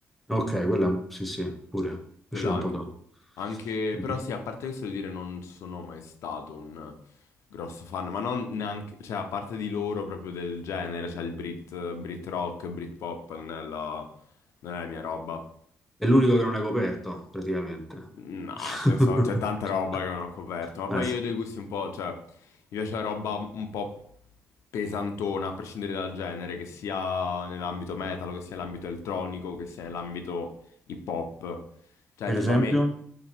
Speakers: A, in the centre; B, on the left.
A: Ok, quella sì, sì, pure. È
B: Quella
A: uscita
B: anche.
A: un po' dopo.
B: Anche,
A: Mhm.
B: però sì, a parte questo devo dire, non sono mai stato un grosso fan, ma non neanche, cioè a parte di loro proprio del genere, cioè il Brit, Brit rock, Brit pop, non è la, non è la mia roba.
A: È l'unico che non è coperto, praticamente.
B: No,
A: <laughs>
B: ce ne so, c'è tanta roba che non ho coperto, ma poi
A: Eh, sì.
B: io ho dei gusti un po', cioè, mi piace la roba un po' pesantona, a prescindere dal genere, che sia nell'ambito metal, che sia nell'ambito elettronico, che sia nell'ambito hip hop. Cioè,
A: Per
B: tipo,
A: esempio?
B: a me